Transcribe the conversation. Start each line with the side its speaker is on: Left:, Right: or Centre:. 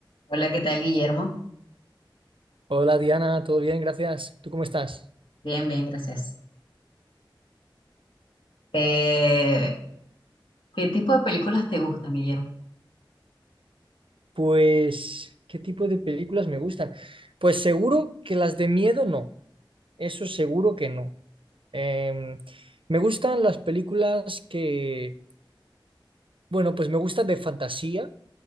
Left: Hola, ¿qué tal, Guillermo?
Right: Hola Diana, ¿todo bien? Gracias. ¿Tú cómo estás?
Left: Bien, bien, gracias. Eh, ¿qué tipo de películas te gustan, Guillermo?
Right: Pues, ¿qué tipo de películas me gustan? Pues seguro que las de miedo no, eso seguro que no. Em, me gustan las películas que, bueno, pues me gustan de fantasía,